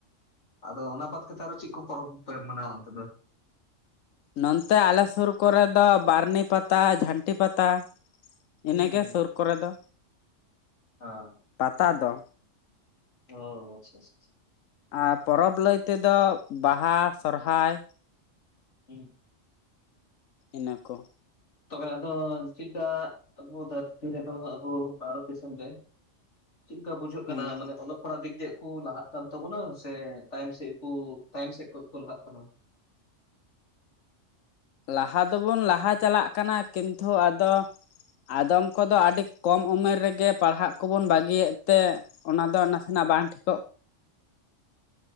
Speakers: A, on the left; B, on the left.
A: ᱟᱫᱚ ᱚᱱᱟ ᱵᱟᱫᱽ ᱠᱟᱛᱮᱫ ᱟᱨᱦᱚᱸ ᱪᱮᱫ ᱠᱚ ᱯᱚᱨᱚᱵᱽ ᱯᱮ ᱢᱟᱱᱟᱣᱟ ᱚᱱᱛᱮ ᱫᱚ?
B: ᱱᱚᱱᱛᱮ ᱟᱞᱮ ᱥᱩᱨ ᱠᱚᱨᱮ ᱫᱚ ᱵᱟᱹᱨᱱᱤ ᱯᱟᱛᱟ ᱡᱷᱟᱹᱱᱴᱤ ᱯᱟᱛᱟ᱾
A: ᱦᱩᱸ
B: ᱤᱱᱟᱹᱜᱮ
A: ᱦᱮᱸ
B: ᱥᱩᱨ ᱠᱚᱨᱮ ᱫᱚ᱾
A: ᱚ,
B: ᱯᱟᱛᱟ ᱫᱚ
A: ᱚ ᱟᱪᱪᱷᱟ ᱟᱪᱪᱷᱟ
B: ᱟᱨ ᱯᱚᱨᱚᱵᱽ ᱞᱟᱹᱭ ᱛᱮᱫᱚ ᱵᱟᱦᱟ ᱥᱚᱨᱦᱟᱭ᱾
A: <unintelligible>
B: ᱤᱱᱟᱹ ᱠᱚ
A: ᱛᱚᱵᱮ ᱟᱫᱚ ᱪᱮᱫ ᱞᱮᱠᱟ ᱟᱵᱚ ᱫᱷᱟᱹᱨᱛᱤ ᱨᱮᱫᱚ ᱟᱵᱚ ᱵᱷᱟᱨᱚᱛ ᱫᱤᱥᱚᱢ ᱨᱮ ᱪᱮᱫ ᱞᱮᱠᱟ ᱵᱩᱡᱷᱟᱹᱜ ᱠᱟᱱᱟ
B: ᱦᱮᱸ
A: ᱢᱟᱱᱮ ᱚᱞᱚᱜ ᱯᱟᱲᱦᱟᱜ ᱫᱤᱠ ᱫᱤᱭᱮ ᱠᱚ ᱞᱟᱦᱟᱜ ᱠᱟᱱᱟ ᱠᱟᱱ ᱛᱟᱵᱚᱱᱟ᱾ ᱥᱮ ᱛᱟᱭᱚᱢ ᱥᱮᱫ ᱠᱚ ᱛᱟᱭᱚᱢ ᱥᱮᱫ ᱠᱷ ᱠᱚ ᱞᱟᱦᱟᱜ ᱠᱟᱱᱟ᱾
B: ᱞᱟᱦᱟ ᱫᱚᱵᱚᱱ ᱞᱟᱦᱟ ᱪᱟᱞᱟᱜ ᱠᱟᱱᱟ᱾ ᱠᱤᱱᱛᱩ ᱟᱫᱚ ᱟᱫᱚᱢ ᱠᱚᱫᱚ ᱟᱹᱰᱤ ᱠᱚᱢ ᱩᱢᱮᱨ ᱨᱮᱜᱮ ᱯᱟᱲᱦᱟᱜ ᱠᱚᱵᱚᱱ ᱵᱟᱹᱜᱤᱭᱮᱫ ᱛᱮ ᱚᱱᱟᱫᱚ ᱱᱟᱥᱮᱱᱟᱜ ᱵᱟᱝ ᱴᱷᱤᱠᱚᱜ
A: <inaudible>